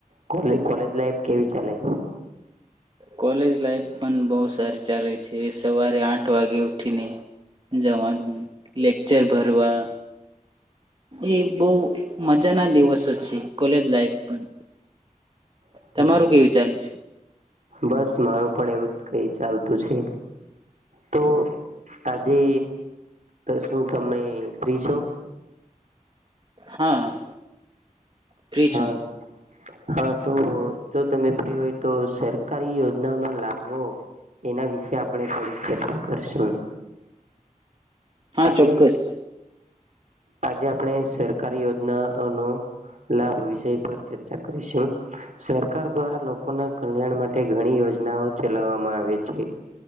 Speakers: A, on the right; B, on the right.
A: કો કોલેજ લાઈફ કેવી ચાલે
B: કોલેજ લાઈફ પણ બહુ સારી ચાલ છે સવારે આઠ વાગે ઉઠીને જવાનું લેકચર ભરવા એ બહ મજા ના દિવસો છે કોલેજ લાઈફ પણ
A: હમ
B: તમારું કેવું ચાલે છે
A: બસ મારું પણ એવું જ કઈ ચાલતું છે તો આજે શું તમે ફ્રી છો
B: હા, ફ્રીસો
A: હા હા, તો જો તમે ફ્રી હોય તો સરે સરકારી યોજના નો લાભ હો, એના વિશે આપણે થોડીક ચર્ચા કરશું
B: હા
A: આજે
B: ચોક્કસ
A: આજે આપણે સરકારી યોજના ન લાભ વિષય પર કરીશું સરકાર દ્વારા લોકો લોકો ના કલ્યાણ માટે ઘણી યોજનાઓ ચલાવવામાં આવે છે